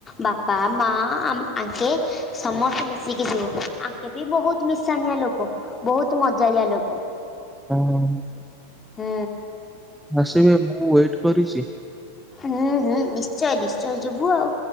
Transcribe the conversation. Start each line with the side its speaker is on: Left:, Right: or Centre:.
Left: ବାପା ମା ଆ ଆଙ୍କେ ସ ମସ୍ତେ ମିଶିକି ଯିବୁ, ଆଙ୍କେ ବି ବହୁତ ମିଶାଣିଆ ଲୋକ, ବହୁତ ମଜାଳିଆ ଲୋକ।
Centre: ହଁ।
Left: ହୁଁ।
Centre: ଆସିବେ ମୁଁ ୱେଟ କରିଚି।
Left: ହୁଁ ହୁଁ ନିଶ୍ଚୟ ନିଶ୍ଚୟ। ଯିବୁ ଆଉ